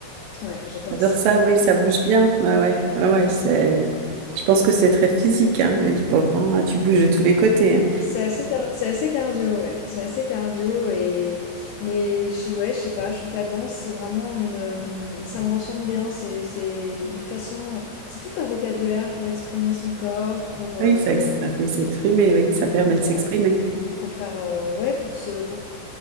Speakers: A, on the left (about 85°); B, on the right (about 80°).
A: Ouais, j'adore
B: J'adore
A: ça.
B: ça, oui. ça bouge bien. Ouais,
A: Ouais,
B: ouais,
A: ouais.
B: ouais, ouais, c'est... Je pense que c'est très physique, hein, le hip-hop, hein. Ah, Tu bouges de tous les côtés, hein.
A: C'est assez, car- c'est assez cardio, ouais. C'est assez cardio et mais je, ouais, je sais pas. Je trouve que la danse, c'est vraiment une, euh, ça me ressemble bien. C'est, c'est une façon, c'est tout un vocabulaire pour exprimer son corps, pour,
B: Oui,
A: euh,
B: ça, ça fait s'exprimer, oui, ça permet
A: pour
B: de s'exprimer.
A: pour faire, euh, ouais, pour se, pour,